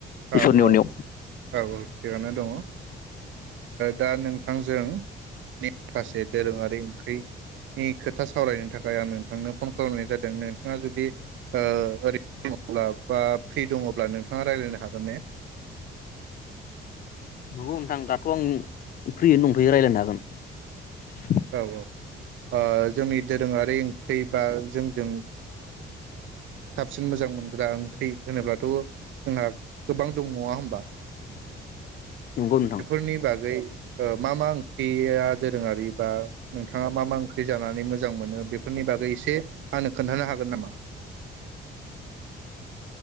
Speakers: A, on the right; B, on the left.
A: औ
B: इसोरनि
A: औ
B: उनाव
A: औ औ थिगानो दङ दा नोंथांजों माखासे दोरोङारि ओंख्रिनि खोथा सावरायनो थाखाय फ्राय आं नोंथांनो फन खालामनाय जादों नोंथाङा जुदि ओरै दङब्ला बा फ्रि दङब्ला नोंथाङा रायज्लायनो हागोन <unintelligible>
B: नंगौ नोंथां दाथ आं फ्रिय दंफ्राय रायज्लायनो हागोन
A: औ औ जोंनि दोरोङारि ओंख्रि बा जोंजों साबसिन मोजां मोनग्रा ओंख्रि होनोब्लाथ जोंहा गोबां दं नङा होमबा
B: नंगौ नोंथां
A: बेफोरनि बागै मा मा ओंख्रिया दोरोंङारि नोंथाङा मा मा ओंख्रि जानानै मोजां मोनो बेफोरनि बागै एसे आंनो खोन्थानो हागोन नामा